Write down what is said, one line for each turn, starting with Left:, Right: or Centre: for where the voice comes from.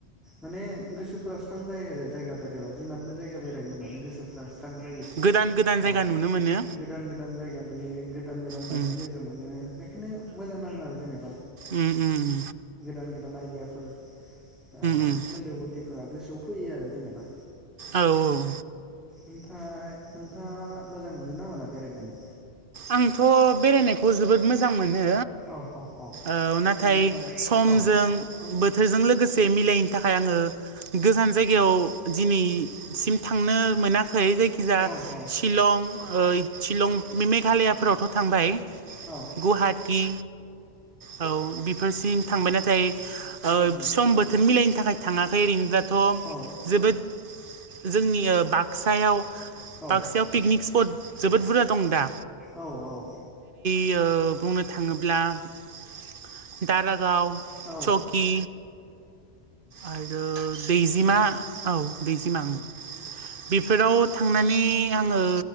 Centre: माने गोसोफोरा स्रां जायो आरो जायगा बेरायबा, जिमाननो जायगा बेरायो मानो औ औ गोसोफ्रा स्रां जायो
Right: गोदान गोदान जायगा
Centre: ओम ओम
Right: नुनो मोनो
Centre: गोदान गोदान जायगा नुनो मोनो गोदान गोदान जायगा नुय गोदान गोदान
Right: उम
Centre: मानसे लोगो मोनो बेखायनो मोजां नाङो आरो जेनेबा,
Right: ओम ओम
Centre: गोदान गोदान आइदियाफोर ओ
Right: उम
Centre: सोलो बुदिफोरा गोसोआव फैयो आरो जेनेबा,
Right: औ औ ओम
Centre: ओमफ्राय नोंथाङा मोजां मोनो ना मोना ना बेरायनानै?
Right: आंथ' बेरायनायखौ जोबोद मोजां मोन नो
Centre: औ औ
Right: औ नाथाय
Centre: ओमफ्राय
Right: समजों
Centre: औ
Right: बोथोरजों मिलाय, थाखाय आङो गोजान जायगायाव दिनैसिम थांनो मोना खै जायखिजाया
Centre: औ औ
Right: शिलं ओयद शिलं मेघालयाफोरावथ' थांबाय,
Centre: औ
Right: गुवाहाटि औ बिफोरसिम थांबाय नाथाय, ओ
Centre: उम उम
Right: सम बोथोर मिलायनि थाखाय थाङाखै ओरैनो बाथ'
Centre: औ
Right: जोबोद जोंनि बाक्सायाव
Centre: औ
Right: बाक्सायाव पिकनिक स्पट जोबोद बुरजा दं दा
Centre: औ औ
Right: यो बुंनो थाङोब्ला दारा दारागाव
Centre: औ
Right: सकि आरो दैजिमा, औ दैजिमा बेफोराव थांनानै आङो